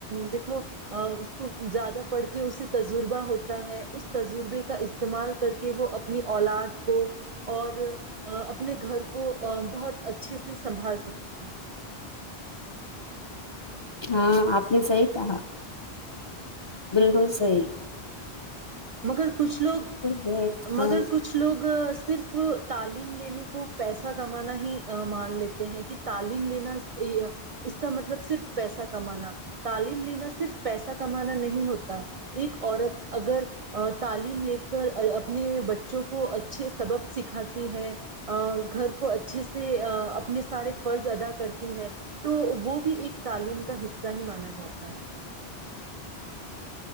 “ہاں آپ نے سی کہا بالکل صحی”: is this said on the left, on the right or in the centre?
Left